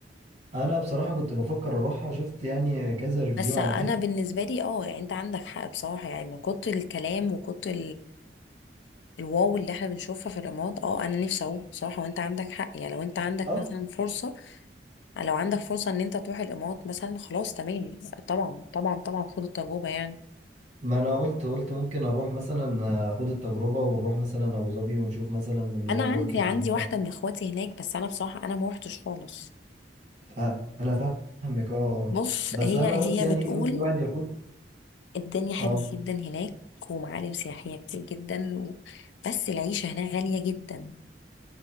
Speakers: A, on the right; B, on the left.
A: انا بصراحه كنت بفكر اروحها شفت يعني كذا ريفيو
B: بس
A: عليها
B: انا بالنسبة لي اه يعني انت عندك حق بصراحة يعني من كتر الكلام وكتر الواو اللي احنا بنشوفها في الرماد اه انا نفسي اروح بصراحه وانت عندك حق يعني لو انت عندك
A: اه
B: مثلا فرصه لو عندك فرصه ان انت تروح الامارات مثلا خلاص تمام طبعا طبعا طبعا خد التجربه يعني
A: ما انا قلت قلت ممكن اروح مثلا اخد التجربه ونروح مثلا ابو ظبي ونشوف مثلا اللي هو
B: انا
A: برج
B: عندي
A: خليفه
B: عندي واحده من اخواتي هناك بس انا بصراحه انا ما روحتش خالص
A: آه، انا فاهمك اه آه.
B: بص
A: بس
B: هي
A: انا
B: هي
A: قلت يعني
B: بتقول
A: ايه ممكن الواحد ياخد
B: الدنيا حلوه
A: اه
B: جدا هناك ومعالم سياحيه كتير جدا و... بس العيشه هناك غاليه جدا